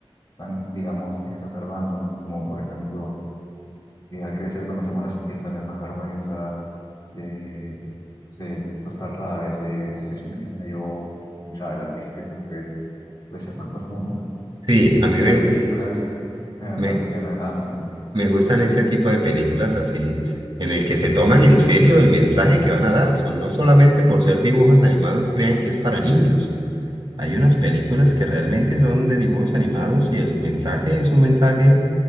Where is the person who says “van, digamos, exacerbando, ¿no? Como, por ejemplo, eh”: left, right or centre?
Left